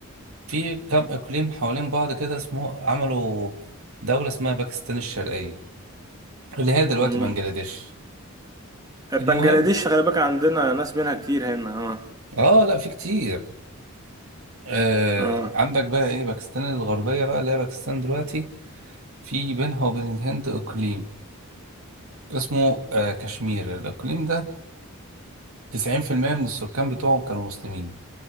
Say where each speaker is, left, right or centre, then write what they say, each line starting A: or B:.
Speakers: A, on the right; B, on the right.
A: في كام اقليم حوالين بعض كده اسمه عملوا دولة اسمها باكستان الشرقية اللي هي دلوقتي
B: امم
A: بنجلاديش
B: بنجلاديش
A: المهم
B: خلي بالك عندنا ناس منها كتير هنا اه
A: اه لا في كتير آه
B: اه
A: عندك بقى ايه باكستان الغربية بقى اللي هي باكستان دلوقتي في بينها وبين الهند اقليم اسمه آه كشمير الاقليم ده 90% من السكان بتوعه كانوا مسلمين